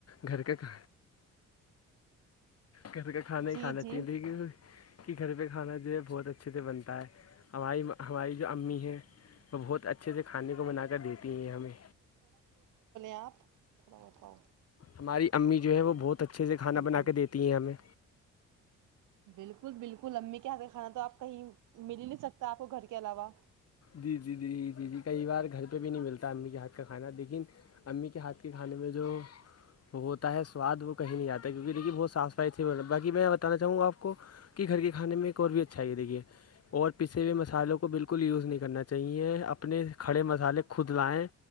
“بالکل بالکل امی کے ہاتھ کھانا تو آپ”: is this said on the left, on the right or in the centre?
Right